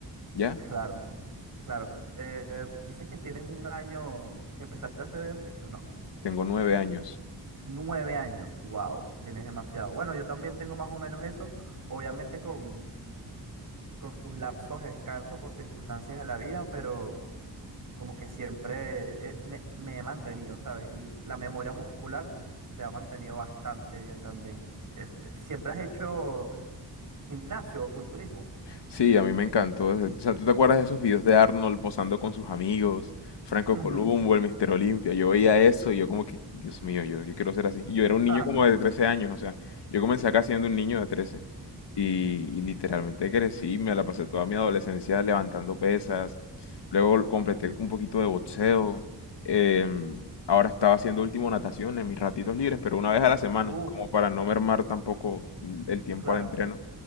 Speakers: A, on the left (about 80°); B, on the right (about 50°).
A: ¿Ya?
B: claro, claro. Eh, dices que tienes un año que empezaste a hacer ejercicio, ¿no?
A: Tengo nueve años.
B: Nueve años, wow, tienes demasiado. Bueno, yo también tengo más o menos eso, obviamente con con sus lapsos de descanso por circunstancias de la vida, pero como que siempre eh, me, me he mantenido, ¿sabes? Y la memoria muscular se ha mantenido bastante bien también. Este, ¿siempre has hecho gimnasio o culturismo?
A: Sí, a mí me encantó. ese- O sea, ¿tú te acuerdas de esos videos de Arnold posando con sus amigos? Franco
B: Ujú.
A: Columbo, el Mister Olimpia. Yo veía eso y yo como que, Dios mío, yo, yo quiero ser así. Y yo era un niño
B: <laughs>
A: como de trece años, o sea, yo comencé acá siendo un niño de trece Y, y literalmente crecí, me la pasé toda mi adolescencia levantando pesas. Luego completé un poquito de boxeo. em, ahora estaba haciendo último natación en mis ratitos libres, pero una vez a la semana,
B: Uf,
A: como para no mermar tampoco el tiempo
B: claro.
A: al entreno